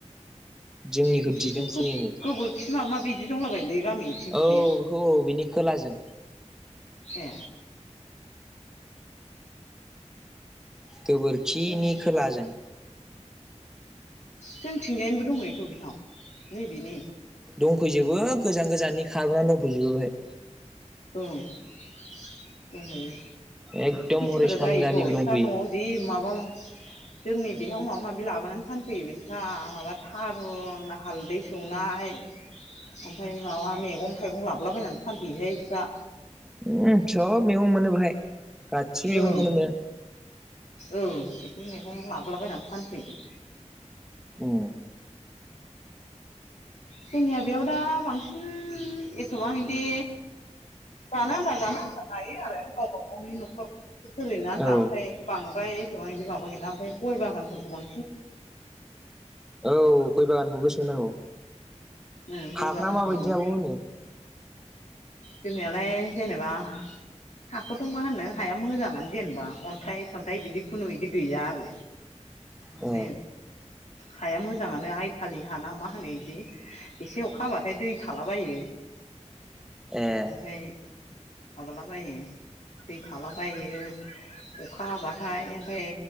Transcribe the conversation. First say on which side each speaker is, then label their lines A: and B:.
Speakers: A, in the centre; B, on the left.
A: जोंनिखौ
B: बिथिंनोथ'
A: दिदोमफुरि
B: गो-गोबोरखि
A: होनो
B: मा मा बिदि दंलाबायलै गामि बिथिंथ'
A: औ
B: ने
A: बेखौ औ बिनि खोलाजों
B: ए
A: गोबोरखिनि
B: ओरै
A: खोलाजों
B: जोंथिंजायनोबो दंहैथ' बेहाव नैबेनि।
A: दंफैजोबो गोजान गोजाननि खारबोनानै दंफैजोबो बेहाय।
B: औ दंहैयो।
A: एकदम
B: खेथिफोरा
A: हरै सानजानिबो
B: जायोथ' इस्रा
A: दंफैयो
B: न'आव जि माबा जोंनि बेहाव माबा माबि लाबोनानै फानफैयो बिस्रा माबा थारुन ना हालदैस सौनाय ओमफाय माबा मेगं थाइगं लाबलाबायनानै फानफैयोहाय बिस्रा।
A: उम सब मेगं मोनो‌। खौहाय गासिब मेगंखोनो
B: ओं
A: मोनो।
B: ओं इदि मैगं लाबोलाबायनानै फानफैयो।
A: उम
B: जोंनिया बेयाव दा बांसिन एथबां इदि जानो आनथा जानो आनथा गायो आरो गावबा गावनि न'खराव। सोलिनो आनथा
A: औ
B: ओमफ्राय बांद्राय एथ'बां इदि माबा गैला ओमफाय गय बागानफोरखौ बां
A: औ गय बागानखौ गोसो होनांगौ।
B: ओं गय
A: हाफ्रा
B: बागानफोरखौ
A: माबायदि
B: बां
A: आब'मोननिजों
B: जोंनियालाय जेनेबा हाखौथ' मा होननो हाया मोजाङानो जेनेबा अन्थाइ सन्थाइ बिदि खुनु इदि गैया आरो।
A: अ
B: बे। हाया मोजाङानो आइथालि हा ना मा होनो इदि। एसे अखा हाबाथाय दै थालाबायो।
A: ए
B: ओमफाय माबालाबायो दै थालाबायो अखा हाबाथाय ओमफाय